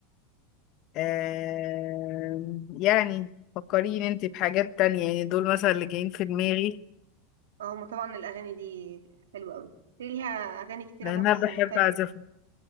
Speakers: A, on the left; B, on the right.
A: أه يعني فكريني انت بحاجات تانية يعني دول مثلا اللي جايين في دماغي
B: هما طبعا الأغاني دي حلوة أوي في ليها أغاني كتيرة
A: لان
B: برضو
A: انا بحب
B: تانية
A: اعزفهم